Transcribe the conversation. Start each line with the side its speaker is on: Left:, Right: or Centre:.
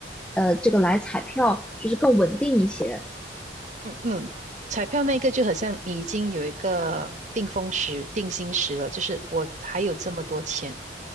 Centre: 呃这个来彩票就是更稳定一些。
Right: 嗯嗯，彩票那个就很像你已经有一个定风石、定心石了，就是我还有这么多钱，